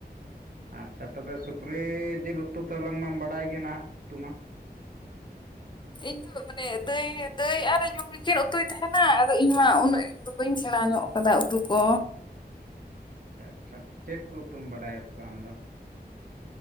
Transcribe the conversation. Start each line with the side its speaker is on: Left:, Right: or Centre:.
Right: ᱟᱪᱪᱷᱟ ᱛᱚᱵᱮ ᱥᱩᱠᱨᱤ ᱡᱤᱞ ᱩᱛᱩ ᱛᱚ ᱞᱟᱝ ᱢᱟᱢ ᱵᱟᱰᱟᱭ ᱜᱮ ᱱᱟᱦᱟᱜ ᱩᱛᱩ ᱢᱟ᱾
Left: ᱤᱧ ᱫᱚ ᱢᱟᱱᱮ ᱫᱟᱹᱭ ᱫᱟᱹᱭ ᱟᱨ ᱤᱭᱩ ᱜᱮᱠᱤᱱ ᱩᱛᱩᱭ ᱛᱟᱦᱮᱱᱟ ᱟᱫᱚ ᱤᱧ ᱢᱟ ᱩᱱᱟᱹᱜ ᱫᱚ ᱵᱟᱹᱧ ᱥᱮᱬᱟ ᱧᱚᱜ ᱥᱟᱫᱟ ᱩᱛᱩ ᱠᱚ
Right: ᱟᱪᱪᱷᱟ ᱟᱪᱪᱷᱟ ᱪᱮᱫ ᱠᱚ ᱩᱛᱩᱢ ᱵᱟᱲᱟᱭᱟ ᱛᱚᱵᱮ ᱟᱢᱫᱚ?